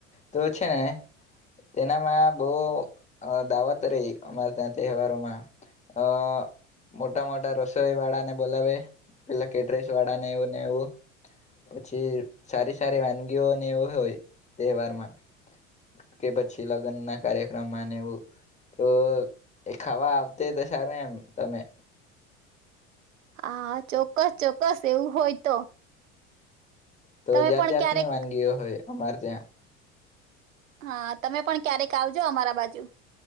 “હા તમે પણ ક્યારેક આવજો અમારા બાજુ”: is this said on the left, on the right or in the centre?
Right